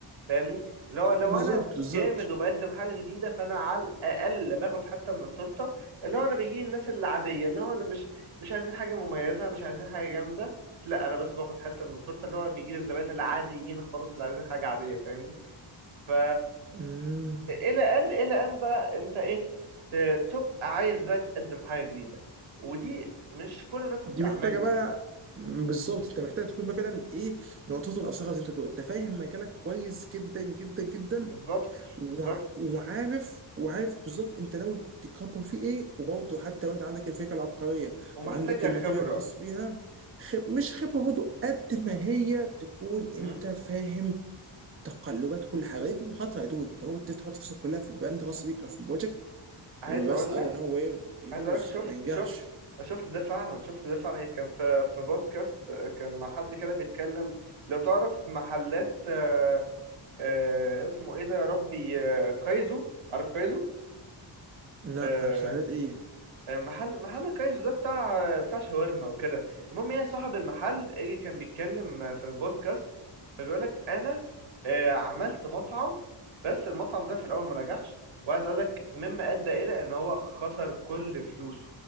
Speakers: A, on the right (about 80°); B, on the right (about 25°).
A: فاهمني اللي هو لو
B: بالظبط
A: انا مش
B: بالظبط
A: جامد وبقدم حاجه جديده فانا على الاقل باخد حتى من التورته اللي هو انا بيجي الناس العاديه اللي هو اللي مش مش عايزين حاجه مميزه مش عايزين حاجه جامده لا انا بس باخد حتى من التورته اللي هو بيجي لي الزبائن العاديين خالص اللي عايزين حاجه عاديه فاهمني فا
B: مم.
A: الى ان الى ان بقى انت ايه ت- تبقى عايز بقى تقدم حاجه جديده ودي مش كل الناس بتعملها
B: دي محتاجه بقى بالظبط انت محتاج تكون بقى فعلا ايه نقطته الاصغر زي ما انت بتقول انت فاهم مجالك كويس جدا جدا جدا
A: بالظبط
B: وع-
A: بالظبط
B: وعارف وعارف بالظبط انت ناوي تكبر فيه ايه وبرضه حتى لو انت عندك الفكره العبقريه
A: ومحتاجه
B: وعندك الماتيريال
A: خبره
B: الخاص بيها خب مش خبره برضه قد ما هي تكون
A: امم
B: انت فاهم تقلبات كل حاجه دي في مخاطره يا دود انت ممكن تحط فلوسك كلها في البراند غصب بيك او في البروجكت
A: عايز
B: وبس
A: اقول
B: انا
A: لك
B: نو واي يبوظ
A: عايز اقول لك شفت
B: او ما ينجحش
A: شفت شفت ده فعلا شفت ده فعلا كان في في بودكاست كان مع حد كده بيتكلم لو تعرف محلات آه، آه، اسمه ايه ده يا ربي آه، كايزو عارف كايزو
B: لا
A: آه،
B: تحليلات ايه
A: محل محل كايزو ده بتاع بتاع شاورما وكده المهم هي صاحب المحل اجي كان بيتكلم في البودكاست فبيقول لك انا آه، عملت مطعم بس المطعم ده في الاول ما نجحش وعايز اقول لك مما ادى الى ان هو خسر كل فلوسه